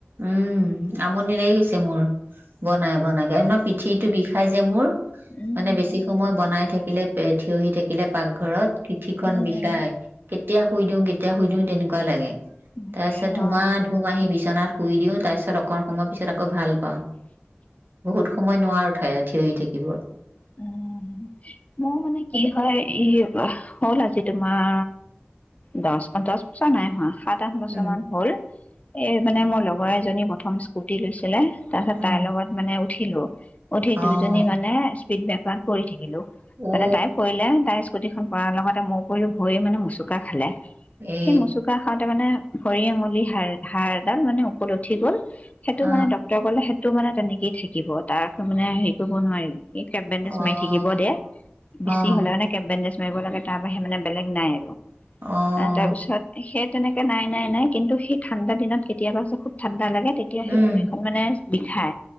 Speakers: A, on the right; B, on the left.
A: উম আমনি লাগি গৈছে মোৰ বনাই বনাই পিঠি পিঠিটো বিষাই যে মোৰ
B: উম
A: মানে বেছি সময় বনাই থাকে থাকিলে থিয়হি থাকিলে পাক ঘৰত পিঠি খন
B: উম
A: বিষায় কেতিয়া শুই দিওঁ কেতিয়া শুই দিওঁ তেনেকুৱা লাগে
B: তাকে
A: তাৰপিছত ধুমা
B: অ
A: ধুম আহি বিচনাত শুই দিওঁ তাৰপিছত অকণ সময় পিছত আকৌ ভাল পাওঁ। বহুত সময় নোৱাৰো ঠাই থিয় হৈ থাকিব
B: উম মোৰ মানে কি হয় ই হ'ল আজি তোমাৰ দহ পঞ্চাশ বছৰ নাই হোৱা সাত আঠ বছৰ
A: উম,
B: মান হল এ মানে মোৰ লগ ব এী প্ৰথম কুটি লৈছিলে তাৰপিছত
A: উম।
B: তাই লগত মানে উঠিলোঁ উঠি
A: অ',
B: দুজনী মানে বেপাৰ কৰি থাকিলো মানে
A: ঔ
B: তাই পৰিলে তাই স্কুটি খন পঢাৰ লগতে মোৰ কৰিৰি ভয়ে মানে মোচুোককা খালে
A: এ
B: সেই মচুকা খাওঁতে মানে ভৰি আঙুলি হা়ড় হাড় এডাল মানে ওপৰলৈ উঠি গল সেইটো
A: আ
B: মানে ডক্টৰে কলে সেইটো টো মানে তেনেকেই থাকিব তাৰ মানে হেৰি কৰিব নোৱাৰিম স কেপ বেণ্ডেজ
A: অ',
B: মাৰি থাকিব দে বেছি
A: অ',
B: হ'লে মানে কেপ বেণ্ডেজ মাৰিব লাগে তাৰ বাহি মানে বেলেগ নাই আৰু
A: অ',
B: তাৰপিছত সেই তেনেকে নাই নাই নাই কিন্তু সেই ঠাণ্ডা দিনত কেতিয়াবা হৈছে খুব ঠাণ্ডা লাগে তেতিয়া
A: উম,
B: সেই ভৰিখন মানে বিষাই।